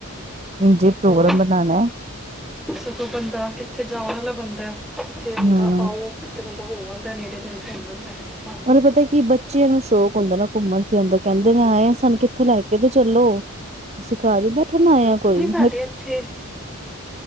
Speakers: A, on the right (about 30°); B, in the centre.
A: ਇੰਜੇ ਪ੍ਰੋਗਰਾਮ
B: ਹੋਰ
A: ਬਣਾਣਾ।
B: ਸਗੋਂ ਬੰਦਾ ਕਿੱਥੇ ਜਾਣ ਆਲਾ ਬੰਦਾ ਕਿੱਥੇ ਆਣਾ।
A: ਹੂੰ
B: ਕਿਥੇ ਬੰਦਾ ਹੋ ਵੰਨ ਨੇੜੇ ਤੇੜੇ ਘੁੰਮ ਆਂਦਾ।
A: ਉਹਨੂੰ ਪਤਾ ਹੈ ਕਿ ਬੱਚਿਆਂ ਨੂੰ ਘੁੰਮਣ-ਫਿਰਣ ਦਾ ਸ਼ੌਕ ਹੁੰਦਾ ਹੈ ਕਹਿੰਦੇ ਨੇ ਆਏ ਸਾਨੂੰ ਕਿ ਕਿਤੇ ਲੈ ਕੇ ਚੱਲੋ, ਅਸੀਂ ਘਰ ਬੈਠਣ ਆਏ ਆ ਕੋਈ
B: ਦੀਦੀ ਸਾਡੇ
A: ਮੈਂ
B: ਇੱਥੇ,